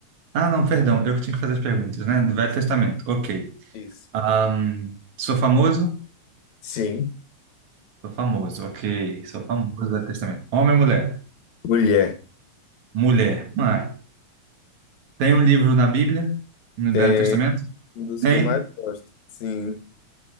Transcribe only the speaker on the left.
Isso.
Sim.
Mulher.
Tem
um dos
que eu mais gosto. Sim. <laughs>